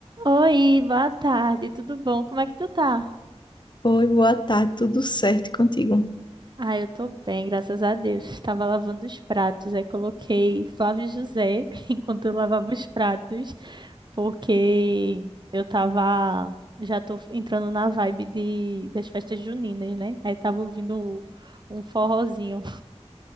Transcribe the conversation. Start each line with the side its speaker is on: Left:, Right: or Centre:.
Right: Oi, boa tarde, tudo bom? Como é que tu tá?
Left: Oi, boa tarde, tudo certo contigo?
Right: Ah, eu tô bem, graças a Deus. Estava lavando os pratos, aí coloquei Flávio José <laughs> enquanto eu lavava os pratos, porque eu tava, já tô entrando na vibe de, das festas juninas, né? Aí tava ouvindo um forrozinho.